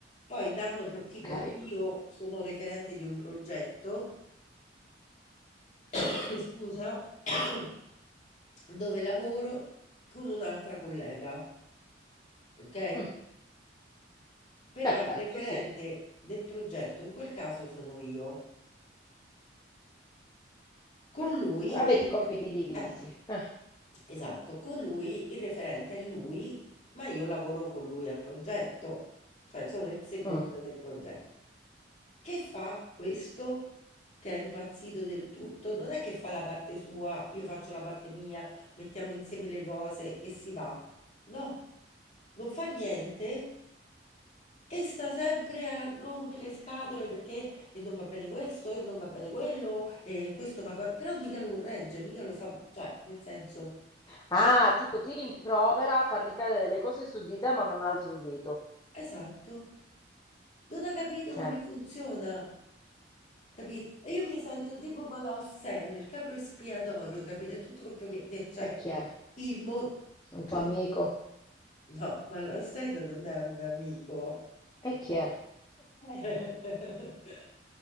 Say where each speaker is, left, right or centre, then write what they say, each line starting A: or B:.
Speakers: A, on the left; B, on the left.
A: poi danno, pro- tipo,
B: Ok?
A: io sono referente di un progetto, <coughs> scusa, <coughs> dove lavoro con un'altra collega ok?
B: Mm,
A: Però
B: perfetto,
A: il referente
B: sì.
A: del progetto in quel caso sono io. Con lui
B: Avete
A: il refe-
B: i compiti divisi.
A: eh,
B: eh,
A: esatto, con lui il referente è lui, ma io lavoro con lui al progetto, cioè sono il secondo
B: mm.
A: del progetto. Che fa questo? Che è impazzito del tutto, non è che fa la parte sua, io faccio la parte mia, mettiamo insieme le cose e si va. No, non fa niente e sta sempre a rompere le scatole perché e non va bene questo e non va bene quello e questo va... co- Però mica lo corregge, mica lo fa... Cioè, nel senso...
B: Ah, tipo ti rimprovera, fa ricadere le cose su di te, ma non alza un dito.
A: Esatto. Non ha capito come
B: Eh.
A: funziona. Capito? E io mi sento tipo Malao Sen, il capro espiatorio, capito? È tutto colpa mia. De- Cioè,
B: E chi è?
A: il mo...
B: Un
A: Chi...
B: tuo amico?
A: No, Malao Sen non è un mio amico.
B: E chi è?
A: Eh. <laughs>